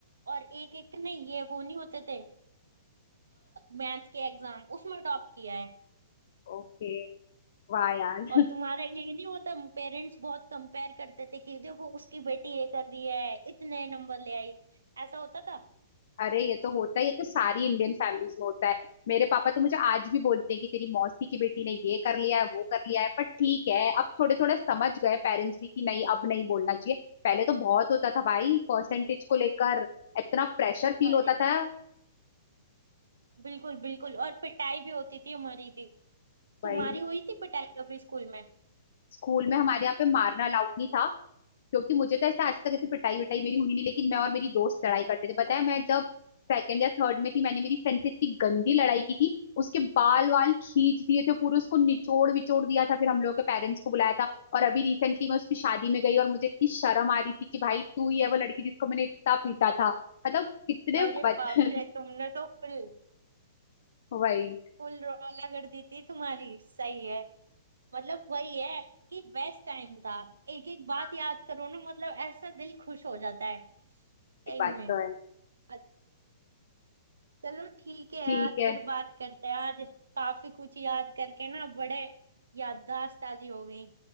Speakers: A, on the right (about 70°); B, on the left (about 55°).
A: और एक एक ने ये वो नहीं होते थे मैथ के एग्जाम उसमें टॉप किया है
B: ओके वाह यार
A: और तुम्हारा ये नहीं होता पेरेंट्स बहुत कंपेयर करते थे कि देखो उसकी बेटी ये कर रही है इतने नंबर ले आई ऐसा होता था
B: अरे ये तो होता है ये तो सारी इंडियन फैमिलीज में होता है मेरे पापा तो मुझे आज भी बोलते हैं कि तेरी मौसी की बेटी ने ये कर लिया है वो कर लिया है पर ठीक है अब थोड़े थोड़ा समझ गए पेरेंट्स भी कि नहीं अब नहीं बोलना चाहिए पहले तो बहुत होता था भाई परसेंटेज को लेकर इतना प्रेशर फील
A: अरे
B: होता था
A: बिल्कुल बिल्कुल और पिटाई भी होती थी हमारी थी
B: वही
A: तुम्हारी हुई थी पिटाई कभी स्कूल में
B: स्कूल में हमारे यहाँ पे मारना अलाउड नहीं था क्योंकि मुझे तो ऐसा आज तक ऐसी पिटाई विटाई मेरी हुई नहीं लेकिन मैं और मेरी दोस्त लड़ाई करते थे पता है मैं जब सेकंड या थर्ड में थी मैंने मेरी फ्रेंड से इतनी गंदी लड़ाई की थी उसके बाल वाल खींच दिए थे पूरे उसको निचोड़ विचोड़ दिया था फिर हम लोगों के पेरेंट्स को बुलाया था और अभी रिसेंटली मैं उसकी शादी में गई और मुझे इतनी शर्म आ रही थी कि भाई तू ही है वो लड़की जिसको मैंने इतना पीटा था मतलब कितने
A: अरे
B: बच
A: बाप रे
B: <laughs>
A: तुमने तो फुल
B: वही
A: फुल रौला कर दी थी तुम्हारी सही है मतलब वही है कि बेस्ट टाइम था एक एक बात
B: हाँ,
A: याद करो ना मतलब ऐसा दिल खुश हो जाता है सही
B: ये बात
A: में
B: तो है
A: अ- चलो ठीक है
B: ठीक
A: यार
B: है
A: फिर बात करते हैं आज काफी कुछ याद करके ना बड़े याददाश्त ताजी हो गई